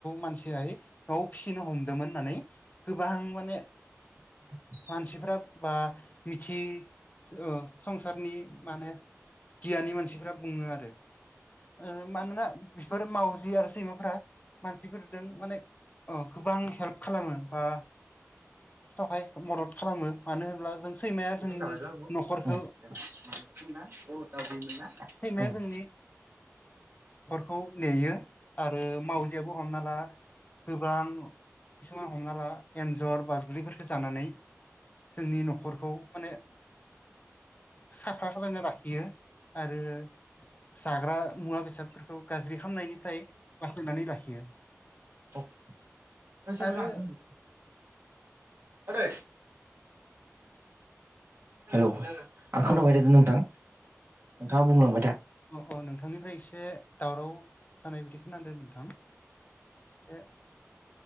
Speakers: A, on the left; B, on the right.
A: मानसियाय न'आव फिसिनो हमदोंमोन होननानै गोबां माने
B: <inaudible>
A: मानसिफ्रा बा मिथि औ संसारनि माने गियानि मानसिफ्रा बुङो आरो। ओ मानोना बेफोरो मावजि आरो सैमाफोरा मानसिफोरजों माने अ गोबां हेल्प खालामो बा थहाय मदद खालामो मानो होनब्ला जों सैमाया जोंनि
B: ओंखाम जाबाय बाबु
A: न'खरखौ
B: उम अ दाउदैमोनना
A: सैमाया
B: उम
A: जोंनि नखरखौ नेयो आरो मावजियाबो हमना ला गोबां किसुमान हमना ला एन्जर बार गोगलैफोरखौ जानानै जोंनि न'खरखौ माने साफा खालामना लाखियो आरो जाग्रा मुवा बेसादफोर खौ गाज्रि खालामामनायनिफ्राय बासायनानै लाखियो।
B: ओय सियारआ
A: आरो
B: ला मादै अ हेल' आ खोनाबायदा
A: औ
B: नों नोंथां नोंथाङा बुंलांबाय था।
A: अ-अ नोंथांनिफ्राय एसे दावराव जानाय बिदि खोनादों नोंथां? ए